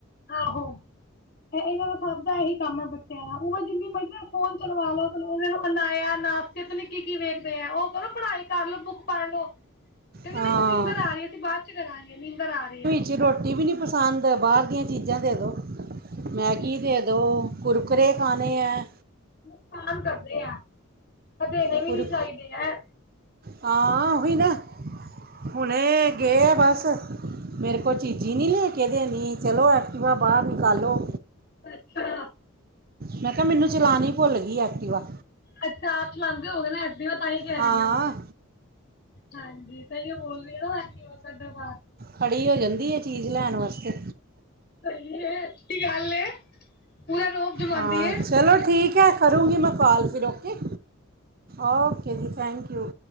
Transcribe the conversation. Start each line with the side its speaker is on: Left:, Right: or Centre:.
Left: ਆਹੋ, ਇਹਨਾਂ ਦਾ ਸਭ ਦਾ ਇਹੀ ਕੰਮ ਐ ਬੱਚਿਆਂ ਦਾ ਉ ਜਿੰਨੀ ਮਰਜ਼ੀ ਨਾਲ ਫ਼ੋਨ ਚਲਵਾ ਲੋ। ਨੂੰ ਅਨਾਇਆ ਨਾਸਤੇ ਤੋਂ ਪਤਾ ਕੀ ਕੀ ਵੇਖਦੇ ਆ ਉਹ ਕਰੋ, ਪੜ੍ਹਾਈ ਕਰਲੋ, ਬੁੱਕਸ ਪੜ ਲੋ। ਕਹਿੰਦੇ
Right: ਹਾਂ
Left: ਨਈ ਨੀਂਦਰ ਆ ਰੀ ਐ, ਅਸੀਂ ਬਾਅਦ 'ਚ ਕਰਾਂਗੇ ਨੀਂਦਰ ਆ ਰੀ ਐ।
Right: ਜੀ ਰੋਟੀ ਵੀ ਨੀ ਪਸੰਦ ਬਾਹਰ ਦੀਆਂ ਚੀਜ਼ਾਂ ਦੇ ਦਿਉ। ਮੈਗੀ ਦੇ ਦਿਉ ਕੁਰਕੁੁਰਰੇ ਖਾਣੇ ਐ।
Left: ਨੁਕਸਾਨ ਕਰਦੇ ਐ, ਇਹ ਦੇਣੇ ਵੀ
Right: ਕੁਰਕ
Left: ਨੀ ਚਾਹੀਦੇ ਐ।
Right: ਹਾਂ, ਉਹੀ ਨਾ ਹੁਣੇ ਗਏ ਆ ਬਸ। ਮੇਰੇ ਕੋਲ ਚੀਜੀ ਨੀ ਲੈ ਕੇ ਦੇਣੀ ਚਲੋ ਐਕਟਿਵਾ ਬਾਹਰ ਨਿਕਾਲੋ।
Left: ਅੱਛਾ,
Right: ਮੈਂ ਕਿਹਾ ਮੈਨੂੰ ਚਲਾਣੀ ਭੁੱਲ ਗਈ ਐਕਟੀਵਾ।
Left: ਅੱਛਾ, ਆਪ ਚਲਾਉਦੇ ਹੋਏਗੇ ਨਾ। ਵੀ ਉਹ ਤਾਂਹੀ ਕਹਿ
Right: ਹਾਂ
Left: ਰੀ ਆ, ਉਹ ਹਾਂਜੀ ਤਾਂਹੀ ਬੋਲ ਰੀ ਨਾ ਐਕਟਿਵਾ ਕੱਢੋ ਬਾਹਰ।
Right: ਖੜ੍ਹੀ ਹੋ ਜਾਂਦੀ ਐ ਚੀਜ਼ ਲੈਣ ਵਾਸਤੇ।
Left: ਸਹੀ ਏ ਅੱਛੀ ਗੱਲ ਏ, ਪੂਰਾ ਰੋਬ। ਜਮਾਉਂਦੀ
Right: ਹਾਂ
Left: ਏ।
Right: ਚਲੋ ਠੀਕ। ਠੀਕ ਐ, ਕਰੂੰਗੀ ਮੈਂ ਕਾਲ ਫਿਰ ਓਕੇ ਓਕੇ ਜੀ ਥੈਂਕ ਯੂ।